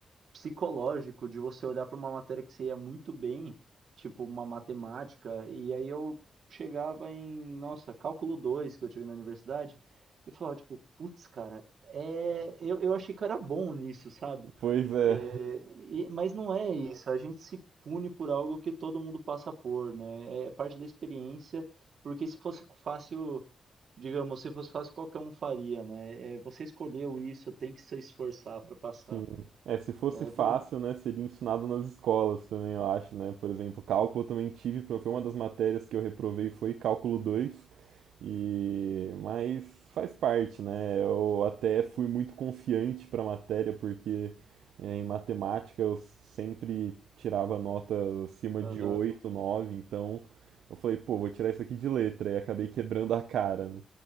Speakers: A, on the right; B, on the right.
A: psicológico de você olhar para uma matéria que você ia muito bem, tipo uma matemática, e aí eu chegava em, nossa, cálculo 2 que eu tive na universidade, e falava, tipo, putz, cara, é... eu, eu achei que eu era bom nisso, sabe?
B: Pois é.
A: É, e- mas não é isso, a gente se pune por algo que todo mundo passa por, né? É é parte da experiência, porque se fosse fácil, digamos, se fosse fácil, qualquer um faria, né? É, você escolheu isso, tem que se esforçar para
B: <laughs>
A: passar.
B: Sim. É, se fosse
A: É,
B: fácil,
A: bom,
B: né, seria ensinado nas escolas também, eu acho, né? Por exemplo, cálculo eu também tive, pro- foi uma das matérias que eu reprovei foi cálculo dois E mas faz parte, né? Eu até fui muito confiante para a matéria porque é, em matemática eu sempre tirava nota acima
A: Aham,
B: de 8 nove então eu falei, pô, vou tirar isso aqui de letra e acabei quebrando a cara, né?